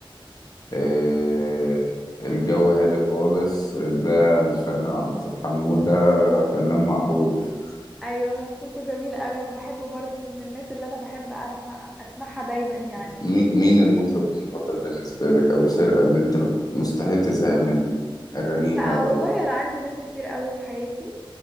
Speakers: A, on the left; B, in the centre.
A: إيه، الجو هادي خالص ده للفنان عبد الباسط حمودة فنان معروف
B: ايوه صوته جميل قوي انا بحبه برضو من الناس اللي انا بحب اسمع اسمعها دايما يعني
A: مي- مين المطرب المفضل بالنسبة لك أو الفرقة اللي أنت مستحيل تزهق من أغانيها
B: لا
A: ولا
B: والله انا عندي ناس كتير قوي في حياتي